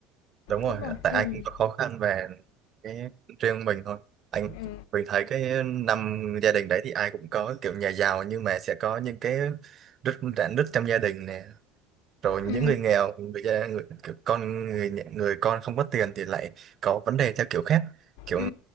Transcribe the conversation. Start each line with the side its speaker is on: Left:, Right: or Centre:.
Right: đúng rồi
Left: Đúng rồi,
Right: tại
Left: ừ
Right: ai cũng có khó khăn và cái riêng mình thôi anh
Left: ừ
Right: mình thấy cái năm gia đình đấy thì ai cũng có kiểu nhà giàu nhưng mà sẽ có những cái rứt rạn nứt trong gia đình nè rồi những
Left: ừ
Right: người nghèo người, gia- người kiểu con người nhà- người con không có tiền thì lại có vấn đề theo kiểu khác kiểu
Left: ừ